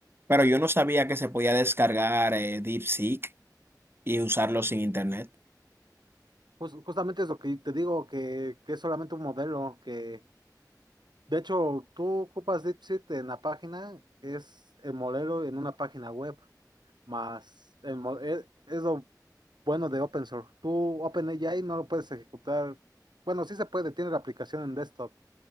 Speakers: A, on the right; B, on the right.
A: Pero yo no sabía que se podía descargar eh, DeepSeek y usarlo sin internet.
B: Jus- justamente es lo que te digo, que, que es solamente un modelo, que de hecho tú ocupas DeepSeek en la página, es el modelo en una página web, más el, mo- e- es lo bueno de open source. Tú OpenAI no lo puedes ejecutar, bueno, sí se puede, tiene la aplicación en desktop,